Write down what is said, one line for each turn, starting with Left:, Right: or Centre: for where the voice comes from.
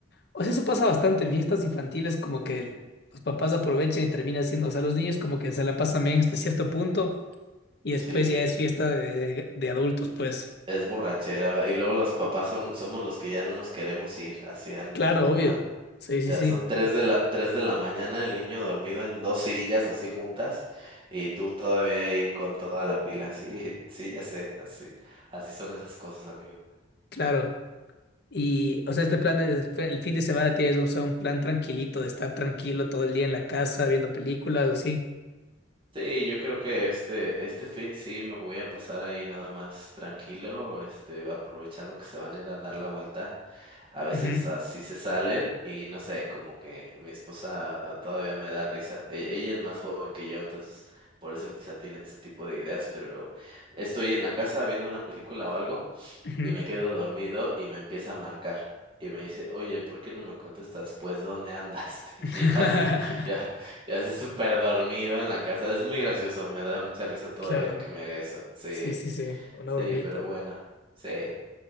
Left: O sea, eso pasa bastante. en Fiestas infantiles como que los papás aprovechan y termina siendo, o sea, los niños como que se la pasan bien hasta cierto punto y después
Right: Sí,
Left: ya es fiesta de, de adultos, pues.
Right: es borrachera, va, Y luego los papás son, somos los que ya no nos queremos ir hacia el último,
Left: Claro, obvio.
Right: va.
Left: Sí, sí,
Right: Ya
Left: sí,
Right: son tres de la, tres de la mañana, el niño dormido en dos sillas así juntas, y tú todavía ahí con toda la pila, sí, <laughs> sí, ya sé, así, así son esas cosas, amigo.
Left: claro. Y, o sea, este plan es- el fin de semana tienes un, o sea, un plan tranquilito de estar tranquilo todo el día en la casa viendo películas o así.
Right: Sí, yo creo que este, este fin sí me voy a pasar ahí nada más tranquilo, este, aprovechando que se van a ir a dar la vuelta. A veces
Left: Ujú,
Right: así se salen y no sé, como que mi esposa ah, todavía me da risa. E- Ella es más joven que yo, entonces por eso quizá tiene ese tipo de ideas, pero estoy en la casa viendo una película o algo
Left: ujú.
Right: y me quedo dormido y me empieza a marcar. Y me dice, oye, ¿por qué no me contestas? Pues, ¿dónde andas? <laughs>
Left: <laughs>
Right: Y yo así, ya, ya así súper dormido en la casa. Es muy gracioso, me da mucha risa todavía
Left: Claro.
Right: que me haga eso. Sí,
Left: Sí, sí, sí, una
Right: sí,
Left: bromita.
Right: pero bueno, sí.